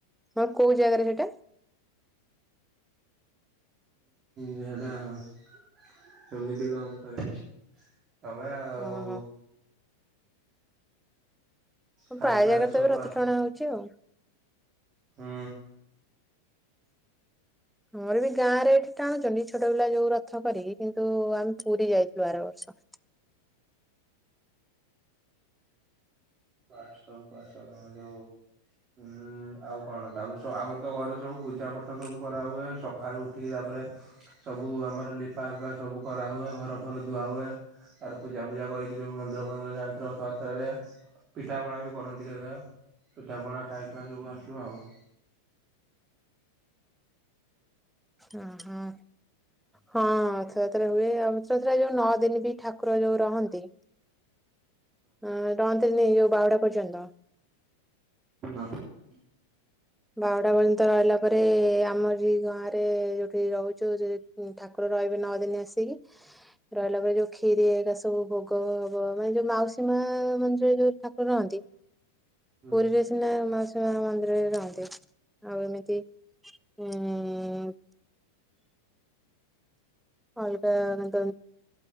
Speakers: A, in the centre; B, on the right.
A: ହଁ କୋଉ ଜାଗାରେ?
B: ଝାଡା କେମିତି କ କହିବି? ତମେ ଆଉ
A: ଓହୋ ହଁ
B: ଖାଇଖୁଆକି
A: ପ୍ରାୟ ଜାଗାରେ
B: ସବୁ
A: ତ ଏବେ ରଥ
B: ଆସ
A: ଟଣା ହଉଛି ଆଉ।
B: ହୁଁ।
A: ଆମର ବି ଗାଁ ରେ ଏଠି ଟାଣୁଛନ୍ତି ଛୋଟ ପିଲା ଯୋଉ ରଥ କରିକି କିନ୍ତୁ ଆମେ ପୁରୀ ଯାଇଥିଲୁ ଆର ବର୍ଷ।
B: ପାଠ ସବୁ ଯୋଉ ଆଉ କଣ ତାପରେ ଆମର ତ ଘରେ ସବୁ ପୂଜାପାଠ ସବୁ କରାହୁଏ ସକାଳୁ ଉଠିକି ତାପରେ ସବୁ ଆମର ଲିପା ଫିପା ସବୁ କରାହୁଏ, ଘର ଫର ଧୁଆ ହୁଏ ଆର ପୂଜା ଫୂଜା କରିକି ସବୁ ମନ୍ଦିର ଫନ୍ଦିର ଯାଆନ୍ତି ରଥଯାତ୍ରାରେ। ପିଠାପଣା ବି କରନ୍ତି କେତେ ପିଠାପଣା ଖାଇକି ସବୁ ଆସୁ ଆଉ।
A: ଉଁ ହୁଁ -ହଁ ରଥଯାତ୍ରା ହୁଏ ଆଉ। ରଥଯାତ୍ରା ଯୋଉ ନଅ ଦିନ ବି ଠାକୁର ଯୋଉ ରହନ୍ତି ଉଁ ରହନ୍ତିନି ବାହୁଡ଼ା ପର୍ଯ୍ୟନ୍ତ।
B: <unintelligible>
A: ବାହୁଡା ପର୍ଯ୍ୟନ୍ତ ରହିଲା ପରେ ଆମରି ଏଇ ଗାଁରେ ଯୋଉଠି ରହୁଛୁ ସେ ଠାକୁର ରହିବେ ନଅ ଦିନ ଆସିକି। ରହିଲା ପରେ ଯୋଉ କ୍ଷିରି ସବୁ ଭୋଗ ହବ ମାନେ ଯୋଉ ମାଉସୀ ମା ମନ୍ଦିରରେ ଯୋଉ ଠାକୁର ରହନ୍ତି
B: ହୁଁ
A: ପୁରୀରେ ସିନା ମା ମାଉସୀ ମା ମନ୍ଦିରରେ ରହନ୍ତି। ଆଉ ଏମିତି ଉ ଅଲଗା